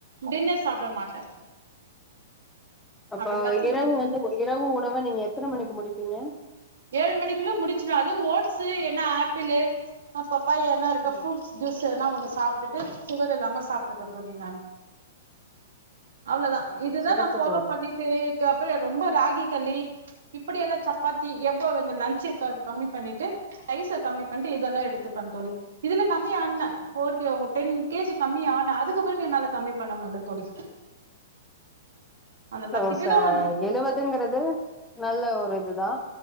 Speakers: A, on the right (about 80°); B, in the centre.
A: டின்னர் சாப்ட மாட்ட
B: அப்ப
A: அப்டி பசிச்சு
B: இரவு வந்து ஒ இரவு உணவ நீங்க எத்தன மணிக்கு முடிப்பீங்க
A: ஏழு மணிக்குள்ள முடிச்சுருவ அது ஓட்ஸ்சு என்ன ஆப்பிளு பப்பாயா என்ன இருக்கோ
B: ம்
A: ஃப்ரூட்ஸ் ஜூஸ் எதுன்னா ஒன்னு சாப்ட்டுட்டு சுகர் இல்லாம சாப்ட்டுப தோழி நான் அவ்ளோதா
B: ம்.
A: இதுதா
B: சிறப்பு
A: நா ஃபாலோ
B: தோழி
A: பண்ணி தே கப்பு ரொம்ப ராகி களி இப்பிடி எல்லா சப்பா த்தி எப்ப லஞ்சு க கம்மி பண்ணிட்டு ரைஸ்ச கம்மி பண்ட்டு இதெல்லா எடுத்துப்பன் தோழி இதுல கம்மியா ஆட்ன போர் கே டென் கேஜி கம்மி ஆன அதுக்கு பிறகு என்னால கம்மி பண்ண முடில தோழி அந்த
B: சோ
A: பத்து கிலோ
B: சாட்
A: வந்து
B: எழுவதுங்கிறது நல்ல ஒரு இதுதான்